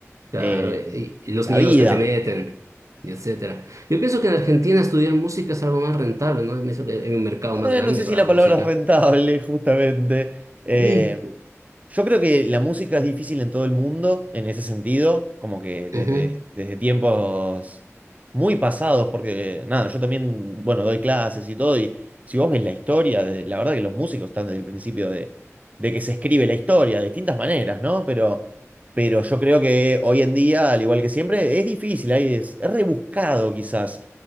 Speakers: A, on the right; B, on the right.
A: Claro,
B: eh,
A: y, y los
B: la
A: miedos
B: vida.
A: que te meten, y etcétera. Yo pienso que en Argentina estudiar música es algo más rentable, ¿no? Es es un mercado más
B: Eh,
A: grande
B: no sé
A: para
B: si la
A: la música.
B: palabra es rentable, <laughs> justamente. Eh,
A: y
B: yo creo que la música es difícil en todo el mundo, en ese sentido, como que desde,
A: Ujú.
B: desde tiempos muy pasados, porque nada, yo también, bueno, doy clases y todo, y si vos ves la historia, de- la verdad que los músicos están desde el principio de, de que se escribe la historia, de distintas maneras, ¿no? Pero, pero yo creo que hoy en día, al igual que siempre, es difícil, ahí es, es rebuscado quizás.